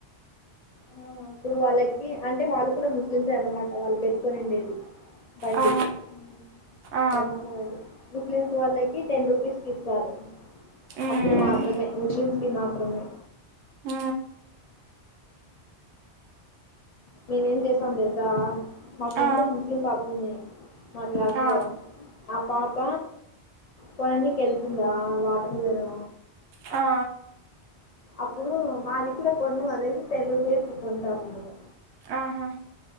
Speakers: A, on the left; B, on the right.
A: ఆ ఇప్పుడు వాళ్లకి అంటే వాళ్లు కూడా ముస్లిమ్సే అన్నమాట వాళ్లు పెట్టుకొని ఉండేది. బండి
B: ఆ
A: <unintelligible>
B: ఆ ఆ
A: ముస్లిమ్స్ వాళ్ళకి టెన్ రూపీస్ కి ఇ సరే
B: మ్మ్
A: అప్పుడు మాత్రమే ముస్లిమ్స్ అది మాత్రమే
B: ఆ
A: మేమేం చేసాం తెలుసా మా ఫ్రెండ్
B: ఆ
A: ముస్లిం పాపుంది మా క్లాసు
B: ఆ ఆ
A: లో ఆ పాప కొననీకి వెళ్తుందా వాటర్ మిలను
B: ఆ ఆ ఆ!
A: అప్పుడు మాది కూడా కొను అనేసి టెన్ రూపీస్ కొంటాము మేము
B: ఆహా